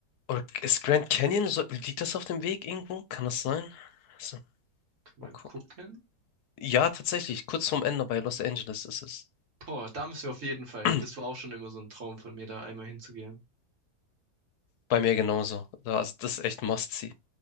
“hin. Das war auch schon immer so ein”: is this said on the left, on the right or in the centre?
Right